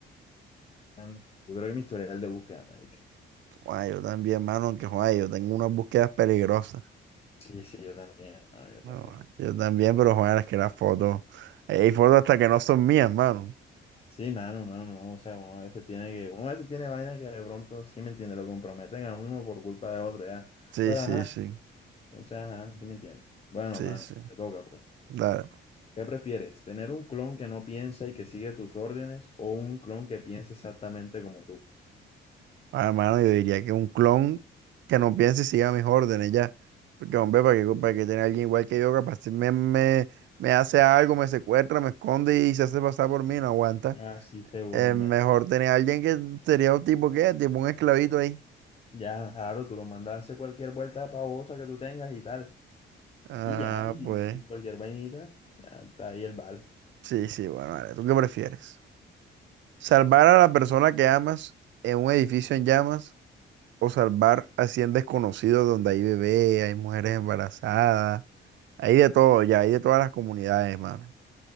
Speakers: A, on the left; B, on the right.
A: Mano, Yo creo que mi historial de búsqueda, marica.
B: Ay, yo también, mano, aunque joder, yo tengo unas búsquedas peligrosas.
A: Sí, sí, yo también, hermano, yo
B: No,
A: también.
B: yo también, pero joder, es que las fotos, hay fotos hasta que no son mías, mano.
A: Sí, mano, mano, no, o sea, uno a veces tiene que, uno a veces tiene vainas que de pronto, sí me entiende, lo comprometen a uno por culpa de otro, ya.
B: Sí,
A: Pero
B: sí,
A: ajá,
B: sí,
A: entonces, ajá, sí me entiende. Bueno,
B: sí,
A: mano,
B: sí.
A: te toca, pues.
B: Dale.
A: ¿Qué prefieres? ¿Tener un clon que no piensa y que sigue tus órdenes o un clon que piensa exactamente como tú?
B: Ah, hermano, yo diría que un clon que no piense y siga mis órdenes ya. Porque, hombre, para que, para que tener a alguien igual que yo, capaz si me, me, me hace algo, me secuestra, me esconde y se hace pasar por mí, no aguanta.
A: Ah, sí, seguro,
B: Es mejor
A: man.
B: tener a alguien que sería un tipo que, tipo un esclavito ahí.
A: Ya, claro, tú lo mandas a hacer cualquier vuelta pavosa que tú tengas y tal.
B: Ah,
A: Y ya, y,
B: pues,
A: y cualquier vainita, ya está ahí el vale.
B: sí, sí, bueno, vale. ¿Tú qué prefieres? ¿Salvar a la persona que amas en un edificio en llamas o salvar a 100 desconocidos donde hay bebé, hay mujeres embarazadas? Hay de todo, ya, hay de todas las comunidades, mano